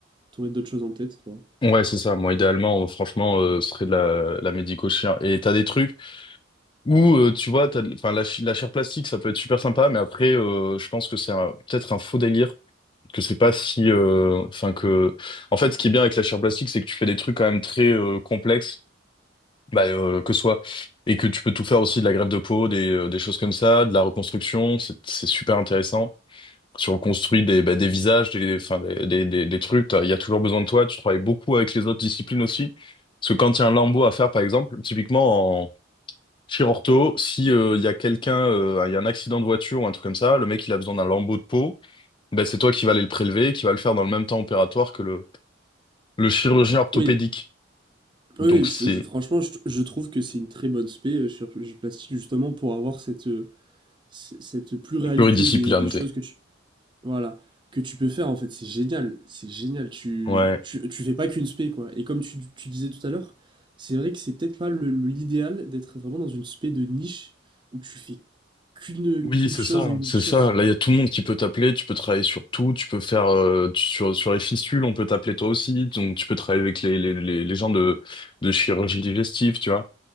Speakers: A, on the right; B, on the left.
A: t'aurais d'autres choses en tête, toi?
B: Ouais, c'est ça. Moi, idéalement, euh, franchement, euh, ce serait de la, la médico-chir. Et t'as des trucs où, euh, tu vois, t'as, de- enfin, la, chi- la chair plastique, ça peut être super sympa, mais après, euh, je pense que c'est un- peut-être un faux délire, que c'est pas si, euh, enfin, que, en fait, ce qui est bien avec la chair plastique, c'est que tu fais des trucs quand même très euh, complexes, bah, euh, que ce soit, et que tu peux tout faire aussi de la greffe de peau, des, euh, des choses comme ça, de la reconstruction, c'est c'est super intéressant. Tu reconstruis des, bah, des visages, des, enfin, des, des, des, des trucs. t'as- Il y a toujours besoin de toi. Tu travailles beaucoup avec les autres disciplines aussi. Parce que quand il y a un lambeau à faire, par exemple, typiquement en chirurto, si euh, il y a quelqu'un, euh, il y a un accident de voiture ou un truc comme ça, le mec il a besoin d'un lambeau de peau, ben c'est toi qui vas aller le prélever, et qui va le faire dans le même temps opératoire que le, le chirurgien orthopédique.
A: Oui,
B: Donc
A: oui, oui,
B: c'est
A: je- je- franchement, je, je trouve que c'est une très bonne spé, euh, chirurgie plastique, justement, pour avoir cette, euh, c- cette pluralité
B: pluridisciplinaire.
A: des, des choses que tu, voilà, que tu peux faire, en fait. C'est génial, c'est génial. Tu,
B: Ouais.
A: tu, tu fais pas qu'une spé, quoi. Et comme tu, tu disais tout à l'heure, c'est vrai que c'est peut-être pas le- le- l'idéal d'être vraiment dans une spé de niche où tu fais qu'une
B: Oui,
A: qu'une
B: c'est
A: chose
B: ça,
A: et unique
B: c'est
A: chose.
B: ça. Là, il y a tout le monde qui peut t'appeler, tu peux travailler sur tout, tu peux faire euh, tu- sur sur les fistules, on peut t'appeler toi aussi, donc tu peux travailler avec les les les, les gens de de chirurgie digestive, tu vois.